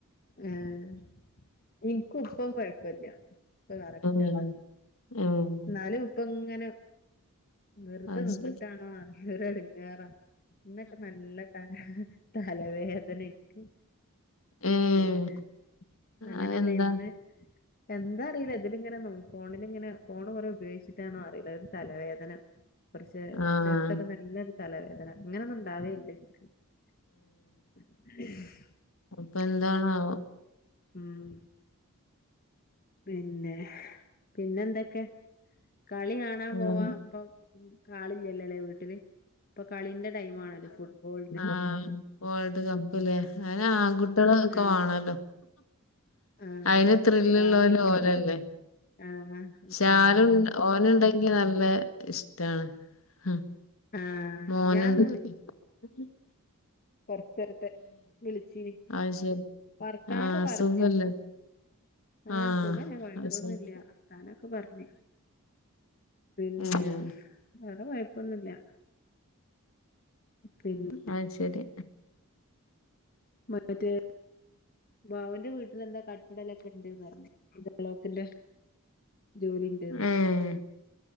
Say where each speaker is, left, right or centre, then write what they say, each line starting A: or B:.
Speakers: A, on the left; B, on the left.
A: ആഹ് ഇനിക്കൂപ്പം കൊയപ്പല്ല്യ ഇപ്പ കറക്റ്റാണ്
B: ഉം ഉം
A: ന്നാലും ഇപ്പം ഇങ്ങ് ങ്ങനെ വെറുതെ
B: അത്
A: നിന്നിട്ടാണോ
B: ശരി.
A: എന്തൊരെടങ്ങേറാ ഇന്നൊക്കെ നല്ല തല തലവേദന ഇന്ക്ക്‌
B: ഏഹ്
A: പിന്നെ അങ്ങനെല്ല
B: അതെന്താ?
A: ഇന്ന് എന്താ അറിയില്ല ഇതിലിങ്ങനെ നോ ഫോണിലിങ്ങനെ ഫോണ് കുറെ ഉപയോഗിച്ചിട്ടാണോ അറിയില്ല ഒരു തലവേദന കുറച്ച് കുറച്ചു
B: ആഹ്
A: നേരത്തേക്ക്‌ നല്ലൊരു തലവേദന ഇങ്ങനെയൊന്നും ഉണ്ടാവലില്ല എനിക്ക് <inaudible>
B: ഇപ്പൊ എന്താണാവോ
A: ഉം പിന്നെ പിന്നെ എന്തൊക്കെ കളി കാണാൻ
B: ഉം.
A: പോവാം ഇപ്പം ഉം കാളയില്ലല്ലോ അല്ലേ വീട്ടില് ഇപ്പൊ കളിന്റെ ടൈം ആണല്ലോ ഫുട്ബോളിന്റെ
B: ആ വഡ് <unintelligible> ല്ലേ അയിന് ആൺകുട്ടികള് ഒക്കെ
A: ആഹ്
B: വേണല്ലോ
A: ആഹ്
B: അയിന് ത്രില്ല്ള്ളോര്
A: അത് ആൺകുട്ടി
B: ഓലെന്നെ
A: ആഹ്
B: ശാലു
A: ഉം
B: ഓന്ണ്ടാ നിക്ക് നല്ല ഇഷ്ടാണ് ഹ
A: ആഹ്
B: മോന്
A: ഞാൻന്ന്
B: <unintelligible>
A: കൊറച്ചെടുത്ത് വിളിച്ചീന്
B: അത് ശരി
A: വർത്താനോം
B: ആഹ്
A: പറഞ്ഞു
B: സുഖല്ലേ
A: ആ
B: ആഹ്
A: സുഖന്നെ കൊഴപ്പൊന്നും
B: അത് ശരി
A: ഇല്ല്യ വർത്താനൊക്കെ പറഞ്ഞു പിന്നെ
B: ഏഹ്
A: വേറെ കൊയപ്പൊന്നുല്ല പിന്നെ
B: അയ് ശരി
A: മറ്റേ ബാവൂന്റെ വീട്ടില് എന്തോ കട്ടിടലൊക്കെ ഇണ്ടേന്ന് പറഞ്ഞു <unintelligible> ത്തിന്റെ ജോലി ണ്ട്ന്ന്
B: ഏഹ്
A: <unintelligible>